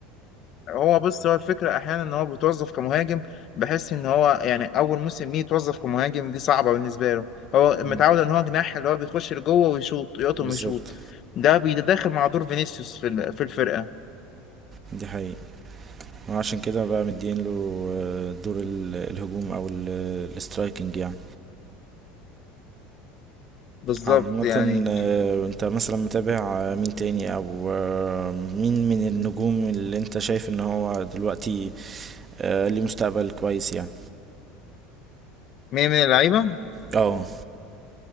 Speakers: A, on the left; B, on the right.
A: هو بص هو الفكره احيانا ان هو بيتوظف كمهاجم بحس ان هو يعني اول موسم ليه يتوظف كمهاجم دي صعبه بالنسبه له هو
B: مم.
A: متعود ان هو جناح اللي هو بيخش لجوه ويشوط يقطم
B: بالظبط
A: ويشوط ده بيتداخل مع دور فينيسيوس في ال- في الفرقه
B: دي حقيقة وعشان كده بقى مدين له آه، دور ال- الهجوم او ال- الاسترايكنج يعني
A: بالظبط
B: عامة
A: يعني
B: آه، انت مثلا متابع آه، مين تاني او آه، مين من النجوم اللي انت شايف ان هو دلوقتي آه، ليه مستقبل كويس يعني
A: مين من اللعيبه
B: اه